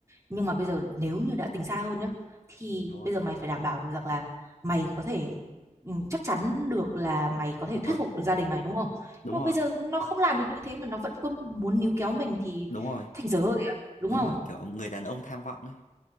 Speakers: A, on the right; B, on the left.
A: nhưng mà bây giờ nếu như đã tính xa hơn nhá thì
B: đúng rồi
A: bây giờ mày phải đảm bảo được rằng là mày có thể ừ, chắc chắn được là mày có thể
B: đúng
A: thuyết
B: rồi
A: phục được gia đình mày đúng không
B: đúng
A: nhưng
B: rồi
A: mà bây giờ nó không làm được như thế mà nó vẫn cứ muốn níu kéo mình thì
B: đúng rồi
A: thành dở hơi ạ đúng
B: đúng
A: không
B: rồi kiểu người đàn ông tham vọng ấy